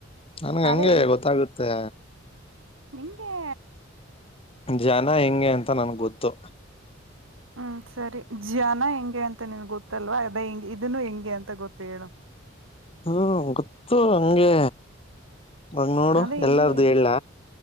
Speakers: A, on the left; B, on the right.
A: ನನ್ಗೆ
B: ಅದೇ
A: ಹಂಗೆ ಗೊತ್ತಾಗುತ್ತೆ
B: ನಿಂಗೆ
A: ಜನ ಹೆಂಗೆ ಅಂತ ನನ್ಗ್ ಗೊತ್ತು
B: ಹ್ಮ್ ಸರಿ ಜನ ಹೆಂಗೆ ಅಂತ ನಿನ್ ಗೊತ್ತಲ್ವಾ ಅದ ಹೆಂಗ ಇದನ್ನು ಹೆಂಗೆ ಅಂತ ಗೊತ್ತು ಹೇಳು
A: ಹ್ಮ ಗೊತ್ತು ಹಂಗೆ ಮಾಗ ನೋಡು
B: ಅದೇ
A: ಎಲ್ಲಾರ್ದು
B: ಹೆಂಗೆ
A: ಹೇಳಲ್ಲ